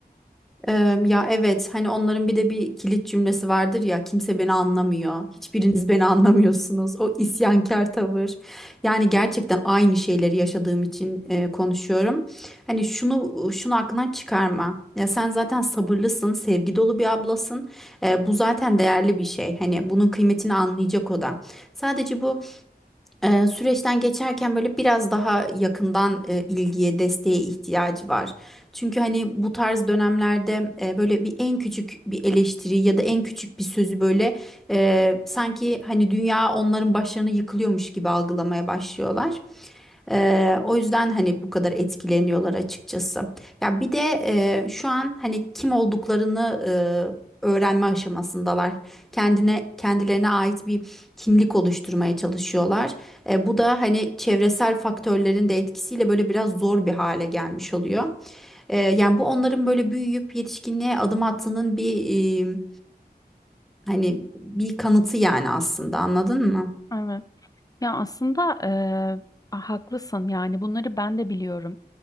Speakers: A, in the centre; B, on the left.
A: Eee, ya evet hani onların bir de bir kilit cümlesi vardır ya kimse beni anlamıyor. Hiçbiriniz beni <laughs> anlamıyorsunuz. O isyankar tavır. Yani gerçekten aynı şeyleri yaşadığım için eee, konuşuyorum. Hani şunu şunu aklından çıkarma. Ya sen zaten sabırlısın, sevgi dolu bir ablasın. Eee, bu zaten değerli bir şey. Hani bunun kıymetini anlayacak o da. Sadece bu e, süreçten geçerken böyle biraz daha yakından e, ilgiye, desteğe ihtiyacı var. Çünkü hani bu tarz dönemlerde e, böyle bir en küçük bir eleştiri ya da en küçük bir sözü böyle e, sanki hani dünya onların başlarına yıkılıyormuş gibi algılamaya başlıyorlar. Eee, o yüzden hani bu kadar etkileniyorlar açıkçası. Ya bir de eee, şu an hani kim olduklarını eee, öğrenme aşamasındalar. Kendine kendilerine ait bir kimlik oluşturmaya çalışıyorlar. E, bu da hani çevresel faktörlerin de etkisiyle böyle biraz zor bir hale gelmiş oluyor. E, yani bu onların böyle büyüyüp yetişkinliğe adım attığının bir e, hani bir kanıtı yani aslında anladın mı?
B: Evet. Ya aslında eee, haklısın yani bunları ben de biliyorum.